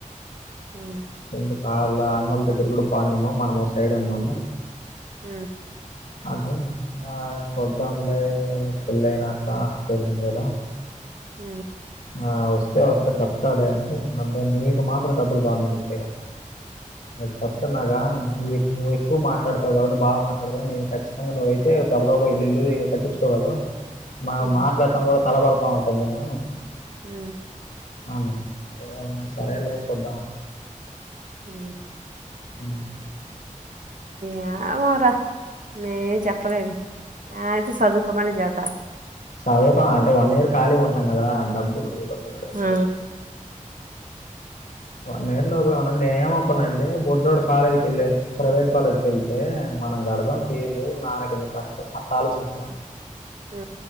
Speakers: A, on the right; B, on the left.
A: ఊ
B: ఎందుకు ఆళ్ళ అన్నల్ దగ్గర గుడా పానేమో మనం ఓ సైడ్ ఉందాము
A: ఊ
B: అంటే నా చూద్దాములే పెళ్ళయినాక అక్క పెళ్ళింది కదా
A: ఊ
B: ఆ ఒస్తే ఒస్త చెప్తాలే అంటే నన్ నే నీకు మాత్రం డబ్బులు బాగా మిగుళ్తేరా అది అప్ న్నాగా నువ్వేక్ నువ్వేక్కు మాట్లాడతావు కాబట్టి బా మాట్లాడతావ్ నేను ఖచ్చితంగా నువ్ ఐతే గబ గబ ఇల్లు ఇల్లు పట్టించుకోవాలు మా
A: ఆ ఆ
B: మాట్లాడటం కూడా తడబడతా ఉంటాం మేము
A: ఊ
B: అవునండి అవునా సరేలే చూద్దాం అని
A: ఊ
B: ఊ
A: ఏమోర నేన్ ఏం చెప్పలేను ఆతే సదుకోమనే చెప్తా
B: సదుత అంటే వన్ ఇయర్ ఖాళీ ఉంటాం కదా డబ్బులు డబ్బులు డబ్బులు
A: ఆ
B: వన్ ఇయర్ లోపే ఉ నేను ఏమనుకున్నా అంటె బుడ్డోడు కాలేజ్కి వెళ్ళి ప్రైవేట్ కాలేజ్కి ఎళ్తే మనం గడదాం ఫీజూ నాన్న కెందుకు కష్టం అట్ట ఆలోచించిన
A: ఆ